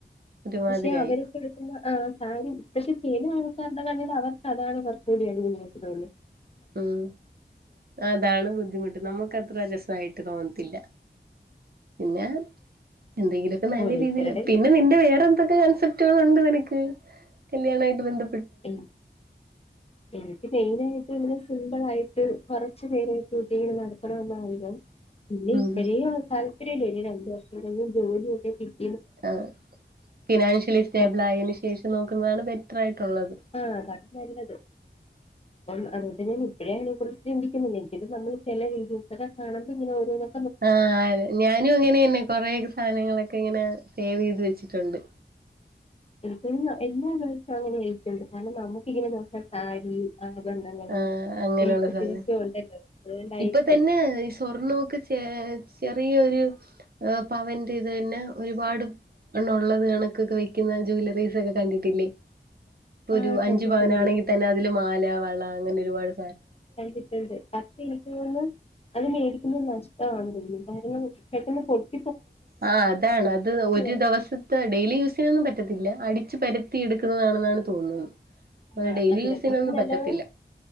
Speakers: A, on the right; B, on the left.
A: ഒരുമാതിരിയായി
B: പക്ഷെ അവരീ കൊടുക്കുന്ന ആ സാരി പക്ഷേ ചില ആൾക്കാരുടെ കണ്ണിൽ അവർക്ക് അതാണ് കൊറച്ചൂടി അടിപൊളിയായിട്ട് തോന്നിയേ.
A: ഉം അതാണ് ബുദ്ധിമുട്ട് നമുക്ക് അത്ര രസവായി തോന്നത്തില്ല പിന്നെ എന്തെങ്കിലൊക്കെ നല്ല
B: ഓരോരുത്തരുടെ
A: രീതിയില് പിന്നെ നിന്റെ വേറെ എന്തൊക്കെ കൺസെപ്റ്റുകളുണ്ട് നിനക്ക്. <unintelligible> കല്യാണായിട്ട് ബന്ധ
B: എൻ എനിക്ക് മെയിൻ ആയി ഇങ്ങനെ സിമ്പിൾ ആയിട്ട് കൊറച്ചു പേരെ കൂട്ടി നടത്തണെന്നാ ആഗ്രഹം. ഇല്ല
A: ഉം
B: ഇപ്പഴേ താല്പര്യല്ലേ ഈ രണ്ടു വർഷം <unintelligible> ജോലിയൊക്കെ കി
A: ആ ഫിനാൻഷ്യലി സ്റ്റേബിൾ
B: കുറച്ച്
A: ആയേന് ശേഷം നോക്കുന്നതാണ് ബെറ്റർ ആയിട്ടുള്ളത്.
B: ആ അതാണ് നല്ലത് അപ്പം അതുകൊണ്ട് ഞാൻ ഇപ്പഴേ അതിനെ കുറിച്ച് ചിന്തിക്കുന്നില്ല, എങ്കിലും നമ്മള് ചെല വീഡിയോസൊക്കെ കാണുമ്പോ ഇങ്ങനെ ഓരോന്നൊ
A: ആ ഞാനും അങ്ങനെ തന്നെ കൊറെ ഒക്കെ സാധനങ്ങളൊക്കെ ഇങ്ങനെ സേവ് ചെയ്ത് വെച്ചിട്ടൊണ്ട്.
B: ഉം എല്ലാ ഗേൾസും അങ്ങനെ ആയിരിക്കും കാരണം നമക്ക് ഇങ്ങനെ നോക്കാൻ സാരി ആഭരണങ്ങള്
A: ആ അങ്ങനെയെള്ള
B: മേക്കപ്പിലൊക്കെ
A: സാധനം
B: ഉണ്ടല്ലോ അതുകൊണ്ടായിരിക്കും
A: ഇപ്പം തന്നെ ഈ സ്വർണോക്കെ ചേ യെ ചെറിയെര് പവൻ്റെ ഇത് തന്നെ ഒരുപാട് എണ്ണേള്ളാ കണക്കൊക്കെ വെക്ക്ന്ന ജുവല്ലറീസ് ഒക്കെ കണ്ടിട്ടില്ലേ ഇപ്പം ഒര്
B: ആഹ്
A: അഞ്ച്
B: കണ്ടിട്ടുണ്ട്
A: പവനണാങ്കി തന്നെ അതില് മാല, വള അങ്ങനെ ഒര്പാട്
B: അത് എനിക്ക് തോന്നും <unintelligible> പി നഷ്ടണോന്ന് തോന്നു കാരണം പെട്ടെന്ന് പെ
A: ആ അതാണ് അത് ഒര്
B: വേണം
A: ദെവസത്തെ ഡെയിലി യൂസിനൊന്നും പറ്റ ഇല്ലാ അടിച്ച് പരത്തി എടുക്കുന്നതാണെന്നാണ് തോന്നുന്നത്
B: ആ
A: ഡെയിലി
B: അതിനേക്കാട്ടി
A: യൂസിനൊന്നും
B: നല്ലത്
A: പറ്റത്തില്ല